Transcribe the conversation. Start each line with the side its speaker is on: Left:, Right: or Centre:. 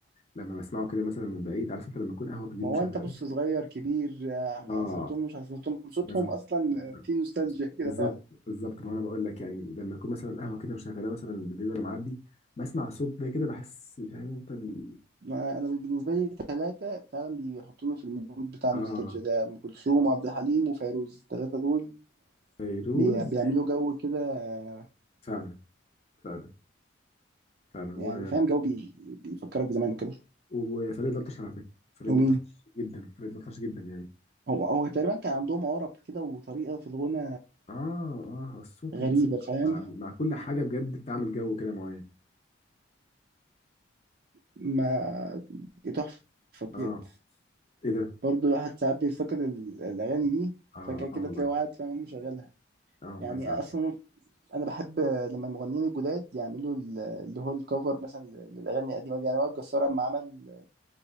Left: لما بسمعه كده مثلا من بعيد عارف انت لما يكون قهوه بالليل
Right: ما هو
Left: مشغلاه
Right: انت بص صغير كبير آه،
Left: اه
Right: عصرتهم مش عصرتهم صوتهم
Left: انا
Right: اصلا في نوستالجيا
Left: <laughs>
Right: <laughs> كده
Left: بالظبط
Right: فعلا
Left: بالظبط ما انا بقول لك يعني لما يكون مثلا قهوه كده مشغلاه مثلا بالليل وانا معدي بسمع صوت ده كده بحس فاهم انت ال...
Right: ما انا بالنسبة لي ثلاثة فعلا بيحطونا في المود بتاع النوستالجيا
Left: اه
Right: ده ام كلثوم وعبد الحليم وفيروز الثلاثة دول
Left: فيروز
Right: بي- بيعملوا جو كده آه،
Left: فعلا فعلا فعلا
Right: يعني
Left: هو
Right: فاهم جو بي... بيفكرك بزمان وكده
Left: وفريد الأطرش على فكره فريد
Right: ومين
Left: الأطرش جدا فريد الأطرش جدا يعني
Right: هو هو تقريبا كان عندهم عرب كده وطريقة في الغنى
Left: اه اه الصوت
Right: غريبة
Left: والموسيقى
Right: فاهم
Left: مع مع كل حاجة بجد بتعمل جو كده معين
Right: ما تحفة
Left: اه
Right: بجد
Left: ايه ده
Right: برضه الواحد ساعات بيفتقد ال- الأغاني دي
Left: اه
Right: فجأة كده
Left: اه والله
Right: تلاقيه قاعد فاهم مشغلها
Left: اه والله
Right: يعني
Left: فعلا
Right: أصلا أنا بحب لما المغنيين الجداد يعملوا ال- اللي هو الكفر مثلا للأغاني القديمة دي يعني وائل جسار لما عمل